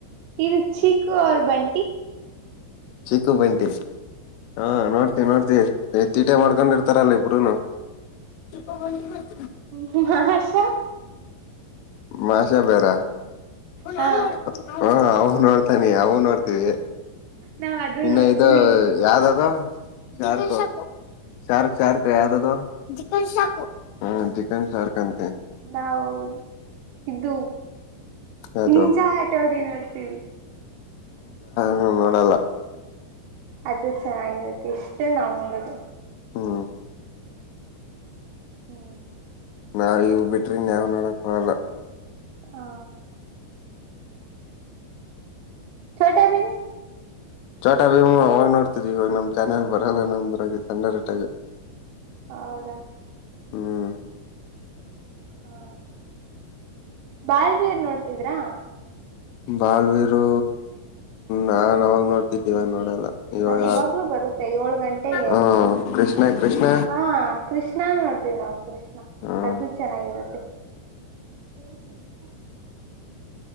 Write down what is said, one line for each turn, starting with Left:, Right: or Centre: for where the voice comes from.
Right: ಇದು ಚಿಕ್ಕು ಅವ್ರ ಬಂಟಿ
Left: ಚಿಕ್ಕುಬಂಟಿ ಹಾ ನೋಡ್ತವಿ ನೋಡ್ತಿವಿ ಟ ಮಾಡ್ಕೊಂಡಿತ ತರಲ್ಲ ಪರಣ ಕಗಗ
Right: ಹ್ಮ ಹಷಾ
Left: ಮಾಷಾ ಬರ ಹ ನಾನ
Right: ಹಾ
Left: ಮಾಡ ಹಾ ಅವ್ ನೋಡ್ತಾನಿ ಅವವು ನೋಡ್ತೀವಿ
Right: ನಾವ್ ಅದು
Left: ಇನ್ನು
Right: ನೋಡ್ತೀವಿ
Left: ಇದು ಯಾವ್ದದು ಶಾರ್ಕ ಶಾರ್ಕ್ ಶಾರ್ಕ್ ಯಾದದು ಚ ಶಾರ್ ಹ್ಮ ಚಿಕನ್ ಶಾರ್ಕ್ ಅಂತೆ
Right: ನಾವು್ ಇದ್ದು
Left: ಯಾವ್ದು
Right: ನೀನ್ಸಟೋರಿ ನೋಡ್ತೀವಿ
Left: ಹ್ಮ ನೋಡಲ್ಲ
Right: ಅದು ಚೆನ್ನಾಗಿರುತ್ತೆ ಇಷ್ಟೇ ನಾವ್ ನೋಡುದು
Left: ಹ್ಮ
Right: ಹ್ಮ್
Left: ನಾವ್ ಇವ ಬಿಟ್ರಿನ್ಾವ್ ನೋಡಕಲ್ಲ
Right: ಹ ೋಟಾ ಭೀಮ
Left: ಚೋಟ ಭೀಮ ಅವಾಗ ನೋಡ್ತಿದ್ರಿ ಇವಾಗ ನಮ್ ಚಾನೆಲ್ ಬರಲ್ಲ ನಮ್ದು ಗೆ ತಂಡಟ್ಟ ಇವೆ
Right: ಹೌದಾ
Left: ಹ್ಮ್
Right: ಹಾ ಬಾಲ್ವೀರ್ ನೋಡ್ತಿದ್ರಾ
Left: ಬಾಲ್ವೀರು ನಾನ್ ಅವಾಗ ನೋಡ್ತಿದ್ದೀವ ನೋಡಲ್ಲ ಇವಾಗ
Right: ಅದ್ ಇವಾಗ್ಲು ಬರುತ್ತೆ ಏಳ್ ಗಂಟೆಗೆ,
Left: ಹ್ಮ್ ಕೃಷ್ಣ ಕೃಷ್ಣ
Right: ಹಾ ಕೃಷ್ಣ ನೋಡ್ತೀವಿ ನಾವು ಕೃಷ್ಣ
Left: ಹ್ಮ್
Right: ಅದು ಚೆನ್ನಾಗಿರುತ್ತೆ ಸೌ <inaudible>